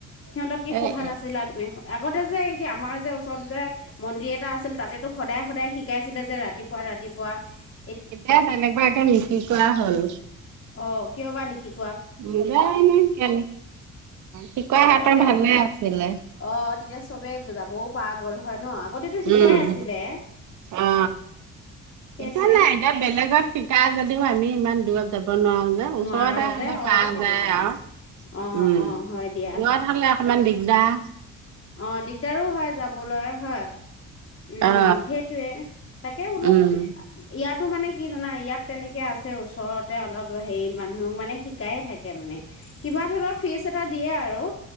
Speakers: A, on the left; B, on the right.
A: সিহঁতক কি সোধা
B: এ
A: নাছিলা
B: এ
A: তুমি স আগতে যে সি আমাৰ যে ওচৰত যে মন্দিৰ এটা আছিল তাতেটো সদায় সদায় শিক শিকাইছিলে যে ৰাতিপুৱা ৰাতিপুৱা এতি
B: এ তেনেকুৱাকে নিশিকুৱা হ'ল
A: অ কিয় বা নিশিক
B: নোযোৱা হৈ নহয় অ শিকোৱা হলে
A: আগতে
B: ত ভালে আছিলে
A: অ তেতিয়া চবে যাবও পোৱা গ'ল হয় ন আগতেতো শিকাই
B: উম।
A: আছিলে
B: অ
A: সেইটোৱে
B: এতিয়া নাই বেলেগত শিকাই যদিও আমি ইমান দূৰত যাব নোৱাৰো ওচৰতে
A: নোৱাৰা যে
B: হ'লে
A: অ
B: পাৰা
A: সেইটো
B: যায়
A: কাৰণে
B: আউ
A: অ
B: উম
A: অ হয় দিয়া
B: দূৰত হ'লে ইমান দিগদাৰ
A: অ দিগদাৰো হয় যাবলৈ হয় উম
B: অ
A: সেইটোৱে তাকে বোলো
B: উম
A: আ ইয়াতো মানে কি জানা ইয়াত তেনেকে আছে ওচৰতে অলপ হেৰি মানুহক মানে শিকায়ে থাকে মানে কিবা ধৰিল ফিজ এটা দিয়ে আৰু